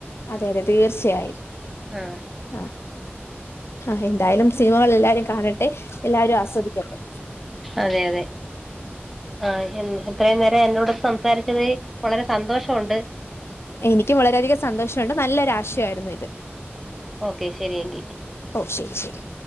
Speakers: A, on the left; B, in the centre.
A: അതെ അതെ തീർച്ചയായും
B: ആ
A: ആ ആ എന്തായാലും സിനിമകൾ എല്ലാരും കാണട്ടെ എല്ലാരും ആസ്വദിക്കട്ടെ.
B: അതെ അതെ ആ ഇത്രയും നേരം എന്നോട് സംസാരിച്ചത് വളരെ സന്തോഷമു ണ്ട്.
A: എനിക്കും വളരെയധികം സന്തോഷമുണ്ട് നല്ലൊരാശയമായിരുന്നു ഇത്
B: ഓക്കെ ശരിയെങ്കിൽ
A: ഓ ശരി ശരി